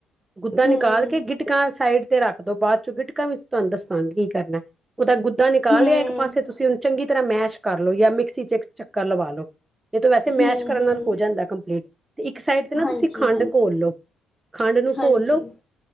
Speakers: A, on the right; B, on the left.
A: ਗੁੱਦਾ
B: ਹੂੰ
A: ਨਿਕਾਲ ਕੇ ਗਿੱਟਕਾਂ ਸਾਈਡ ਤੇ ਰੱਖ ਦੋ ਬਾਅਦ 'ਚੋਂ ਗਿੱਟਕਾ ਵੀ ਤੁਹਾਨੂੰ ਦੱਸਾਂਗੀ ਕੀ ਕਰਨਾ ਉਹਦਾ ਗੁੱਦਾ ਨਿਕਾਲ
B: ਹੂੰ
A: ਲਿਆ ਇੱਕ ਪਾਸੇ ਤੁਸੀਂ ਉਹਨੂੰ ਚੰਗੀ ਤਰ੍ਹਾਂ ਮੈਸ਼ ਕਰਲੋ ਜਾਂ ਮਿਕਸੀ 'ਚ ਇੱਕ ਚੱਕਰ ਲਵਾ ਲੋ। ਨਹੀਂ ਤੇ ਵੈਸੇ ਮੈਸ਼
B: ਹੂੰ
A: ਕਰਨ
B: ਹੂੰ
A: ਨਾਲ ਹੋ ਜਾਂਦਾ ਕੰਪਲੀਟ ਤੇ ਇੱਕ ਸਾਈਡ ਤੇ ਨਾ
B: ਹਾਂਜੀ
A: ਤੁਸੀਂ ਖੰਡ
B: ਹਾਂਜੀ
A: ਘੋਲ ਲਓ। ਖੰਡ ਨੂੰ
B: ਹਾਂਜੀ
A: ਘੋਲ ਲਓ।